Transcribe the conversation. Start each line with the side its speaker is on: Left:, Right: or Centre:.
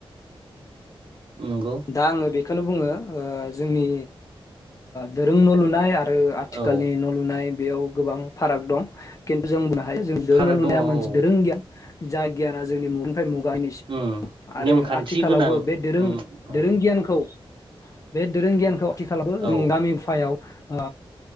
Right: नंगौ
Left: दां आंनो बि खोनो बुङो ओ जोंनि दोरों न लुनाय आरो आथिखालनि
Right: औ
Left: न लुनाय बेयाव गोबां फाराग दं खिन्थु जों बुंनो हा <unintelligible>
Right: फाराग
Left: न लुनाया
Right: दङ औ
Left: मोनसे दोरों गियान जा गियाना जोंनि मुं मुगानि
Right: उम
Left: आरो
Right: नेमखान्थि
Left: आथिखालावबो
Right: गोनां
Left: बे दोरों
Right: उम औ
Left: दोरों गियानखौ बे दोरों गियानखौ आथिखालाव जोंनि
Right: औ
Left: गामि गुफायाव ओ